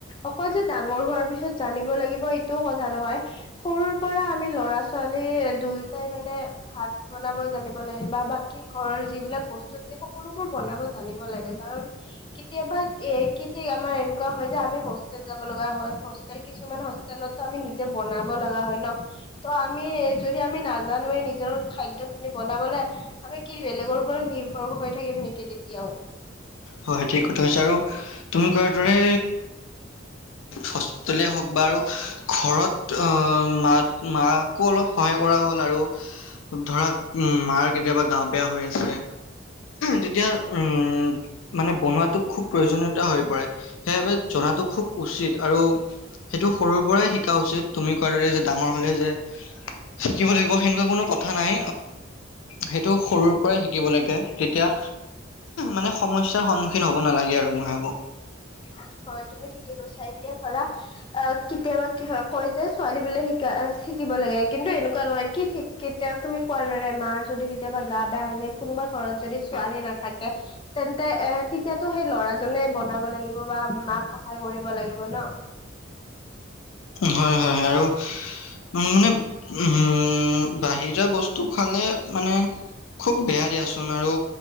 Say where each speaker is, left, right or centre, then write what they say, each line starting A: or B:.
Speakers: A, on the left; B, on the left.
A: অকল যে ডাঙৰ হোৱাৰ পিছত ত' জানিব লাগিব এইটোও কথা নহয়, সৰুৰ পৰা আমি ল'ৰা ছোৱালী দুয়োটাই মানে ভাত বনাব জানিব লাগে বা বাকি ঘৰৰ যিবিলাক বস্তু নিদিয়ে সকলোবোৰ বনাব জানিব লাগে। কাৰণ কেতিয়াবা এ কি ঠিক আমাৰ এনেকুৱা হয় যে আমি হোষ্টেল যাব লগা হয় হোষ্টেল কিছুমান হোষ্টেলতো আমি নিজে বনাব লগা হয় ন', ত আমি যদি আমি নাজানোয়ে নিজৰ খাদ্যখিনি বনাবলে আমি কি বেলেগৰ ওপৰত নিৰ্ভৰ হৈ থাকিম নেকি তেতিয়াও।
B: হয় ঠিক কথা কৈছা, আৰু তুমি কোৱাৰ দৰে হস্পিটলেই হওঁক বা আৰু ঘৰত মাত মাকো অলপ সহায় কৰা হ'ল আৰু ধৰা উম মাৰ কেতিয়াবা গা বেয়া হৈ আছে তেতিয়া, উম মানে বনোৱাতো খুব প্ৰয়োজনীয়তা হৈ পৰে সেইবাবে জনাটো খুব উচিত আৰু সেইটো সৰুৰ পৰাই শিকা উচিত তুমি কোৱাৰ দৰে যে ডাঙৰ হ'লে যে শিকিব লাগিব সেনেকুৱা কোনো কথা নাই সেইটো সৰুৰ পৰাই শিকিব লাগে তেতিয়া মানে সমস্যাৰ সন্মুখীন হ'ব নালাগে আৰু মই ভাবো।
A: <inaudible> হয় তুমি ঠিকে কৈছা এতিয়া ধৰা অ', কেতিয়াবা কি হয় কয় যে ছোৱালী বিলাকে শিকা শিকিব লাগে কিন্তু এনেকুৱা নহয় কি ঠিক কেতিয়াও তুমি কোৱাৰ দৰে মাৰ যদি কেতিয়াবা গা বেয়া হৈ যায় কোনোবা ঘৰত যদি ছোৱালী নাথাকে তেন্তে এ তেতিয়াতো সেই ল'ৰাজনে বনাব লাগিব বা মাক সহায় কৰিব লাগিব ন'।
B: হয় হয় আৰু উ মানে উম বাহিৰা বস্তু খালে মানে খুব বেয়া দিয়াচোন, আৰু